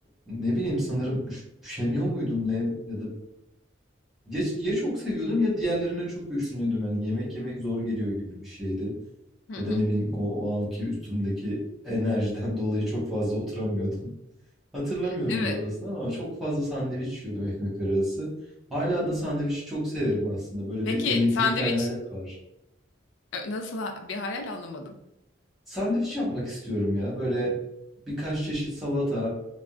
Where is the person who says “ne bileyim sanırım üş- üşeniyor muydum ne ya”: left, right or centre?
Centre